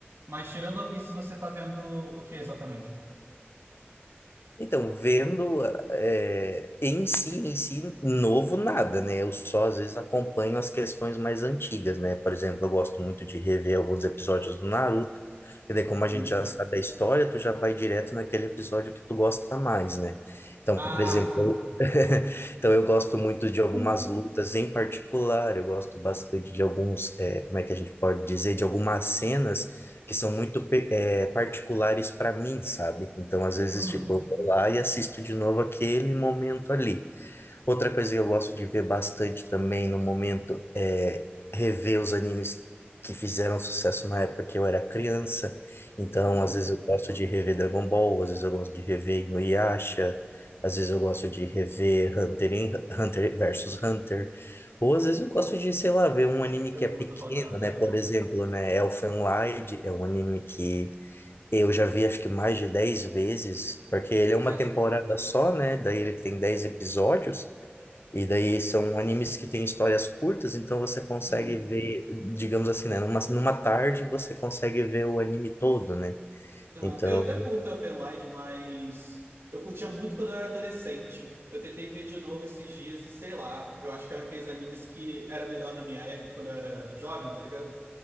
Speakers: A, on the right; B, on the left.
A: Mas tirando One Piece, você tá vendo o que exatamente?
B: Então, vendo é, em si, em si, novo nada, né? Eu só às vezes acompanho as questões mais antigas, né? Por exemplo, eu gosto muito de rever alguns episódios do Naruto, e daí, como
A: Uhum.
B: a gente já sabe a história, tu já vai direto naquele episódio que tu gosta mais, né? Então,
A: Ah,
B: por exemplo,
A: sim.
B: <laughs> então eu gosto muito de algumas
A: <laughs>
B: lutas em particular, eu gosto bastante de alguns, é, como é que a gente pode dizer, de algumas cenas que são muito pe- é, particulares para mim, sabe? Então, às vezes,
A: Uhum.
B: tipo, eu vou lá e assisto de novo aquele momento ali. Outra coisa que eu gosto de ver bastante também no momento é rever os animes que fizeram sucesso na época que eu era criança. Então,
A: Uhum.
B: às vezes eu gosto de rever Dragon Ball, às vezes eu gosto de rever Inuyasha, às vezes eu gosto de rever Hunter, em- Hunter versus Hunter. Ou às vezes eu gosto de, sei lá, ver um anime
A: Eu
B: que é
A: curto
B: pequeno,
A: o Hunter x Hunter
B: né?
A: também.
B: Por exemplo, né, Elfen Lied é um anime que eu já vi acho que mais de 10 vezes, porque ele é
A: Você...
B: uma temporada só, né? Daí ele tem 10 episódios. E daí são animes que têm histórias curtas, então você consegue
A: Uhum.
B: ver, digamos assim, né? Numa, numa tarde você consegue ver o anime todo, né?
A: Aham.
B: Então,
A: Eu até curto Elfen Lied, mas eu curtia muito quando eu era adolescente. Eu tentei ver de novo esses dias e sei lá. Eu acho que era aqueles animes que era melhor na minha época, quando eu era jovem, tá ligado?